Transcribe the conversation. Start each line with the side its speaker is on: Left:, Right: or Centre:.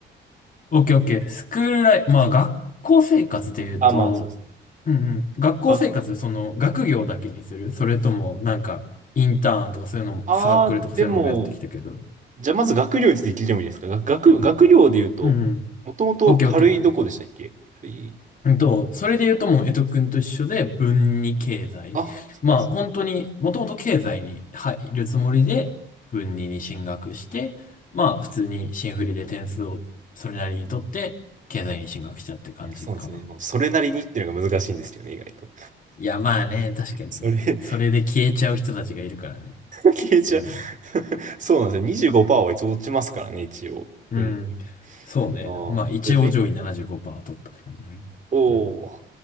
Left: オッケーオッケー。スクールライフ、まあ学校生活で言うと、
Right: あ、まあそうです。
Left: うんうん。学校生活でその学業だけにするそれともなんかインターンとかそういうのも、
Right: あ、あー、
Left: サークルとかそういうのもやってきたけど。
Right: でも、じゃあまず学業について聞いてもいいですかが学、学業で言うと、
Left: うんうん。
Right: もともと軽いどこでしたっけ軽い
Left: オッケーオッケー。うんと、それで言うともう江戸くんと一緒で文に経済。
Right: あ、そっか。
Left: まあ本当にもともと経済に入るつもりで文にに進学して、まあ普通に新振りで点数をそれなりに取って経済に進学したって感じかな。
Right: いや、そうですね。まあそれなりにっていうのが難しいんですよね、意外と。
Left: いや、まあね、確かにね。
Right: それ、<laughs>
Left: それで消えちゃう人たちがいるからね。
Right: 消えちゃう
Left: うん。
Right: <laughs> そうなんですよ。25%は一応落ちますからね、一応。
Left: うん。
Right: 分
Left: そうね。
Right: ああ。
Left: まあ、一応上位75%
Right: じゃあ、勉
Left: 取ったって感じだね。
Right: おお、
Left: うん。